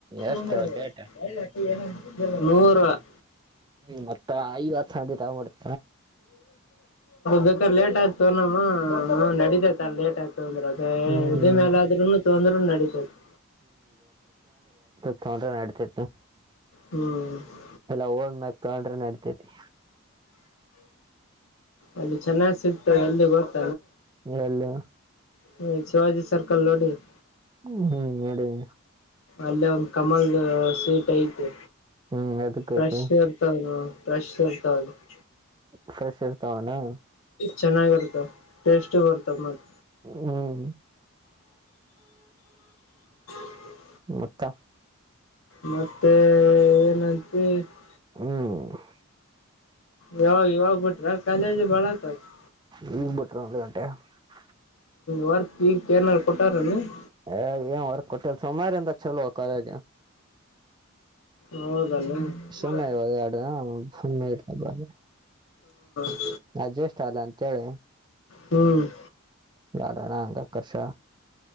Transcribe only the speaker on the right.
ಎಷ್ಟ
ಡೇಟ್
ಹ್ಮ್, ಮತ್ತ, ಐವತ್ತು, ಹಂದಿ, ತಾಕೊಂಡುಬಿಡು... <inaudible>
ಹ್ಮ್
ಅದು, ನಾಡಿತಾತೀಯತೇ? <inaudible>
ಎಲ್ಲ, ಅವನ ಕಂಡ್ರೆ, ನಡ್ತೇತಿ? <unintelligible>
ಹೂ, ಹೇಳೋ? <unintelligible>
ಹ್ಮ್, ಹ್ಮ್, ನೋಡನ. <inaudible>
ಹ್ಮ್ ಅದಕ್ಕೈತಿ
ಪ್ರೆಶ್, ಇರ್ತವೇನ? <inaudible>
ಹ್ಮ್
ಮತ್ತಾ? <inaudible>
ಹುಂ. <inaudible>
ನಿನ್ನು ಬಿಟ್ರಾ, ಒಂದು ಗಂಟೆ? <unintelligible>
ಹಾ, ಅದೇ, ಏನ, ವರ್ಕ್, ಕೊಟ್ಟವರೇ, ಸೋಮವಾರದಿಂದ ಚಲೋ ಕಾಲೇಜ್? <inaudible>
ಸುಮ್ಮನೆ
ಇವಾಗ ಎರಡು ಸುಮ್ಮನೆ ಇರ್ಲ
ಅಡ್ಜಸ್ಟ್ ಅಲ್ಲ ಅಂತೇಳಿ
ಗಾರ್ಡನಾ ಹಂಗ ಅಕರ್ಷ